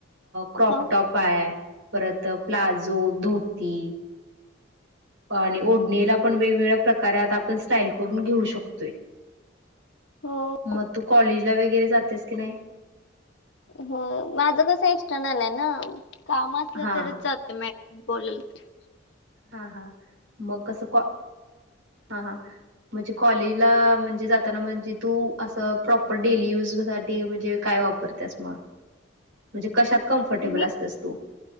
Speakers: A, on the right; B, on the left.
A: क्रॉप
B: हो,
A: टॉप पाय, परत प्लाजो, धोती आणि ओढणीला पण वेगवेगळ्या प्रकारे आता. आपण स्टाईल करून घेऊ शकतोय
B: हो,
A: मग, तू कॉलेज ला वगैरे जातीस की नाही?
B: हो माझं कस एक्सटर्नल आहे ना. काम असलं
A: हा
B: तरच जातो. म बोललट
A: हा... हा.. मग कसं काॅ. हा... हा म्हणजे कॉलेजला म्हणजे जाताना. म्हणजे, तू असं प्रॉपर डेली युज साठी म्हणजे काय वापर स मग म्हणजे, कशात कम्फर्टेबल
B: मी
A: असतेस तू.